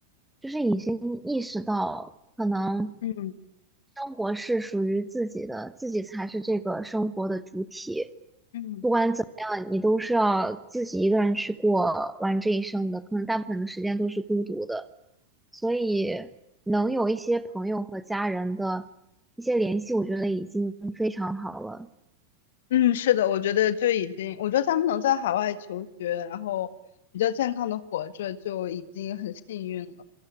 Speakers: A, in the centre; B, on the left.
A: 就是已经意识到，可能
B: 嗯
A: 生活是属于自己的，自己才是这个生活的主体。
B: 嗯
A: 不管怎么样，你都是要自己一个人去过完这一生的，可能大部分的时间都是孤独的。所以能有一些朋友和家人的一些联系，我觉得已经非常好了。
B: 嗯，是的，我觉得就已经，我觉得他们能在海外求学，然后比较健康的活着，就已经很幸运了。